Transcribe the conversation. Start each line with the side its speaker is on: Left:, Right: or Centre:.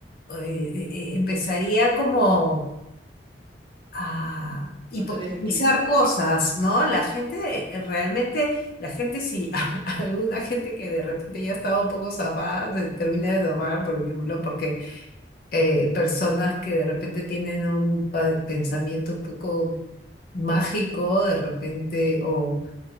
Left: eh, eh, eh, empezaría como a hipotetizar
Right: No estarías en crisis, pues.
Left: cosas, ¿no? La gente, eh, eh, realmente, la gente sí, <laughs> alguna gente que de repente ya estaba un poco zafada, se termina de zafar, por ejemplo, porque eh, personas que de repente tienen un pa- pensamiento un poco mágico de repente
Right: Mm,
Left: o,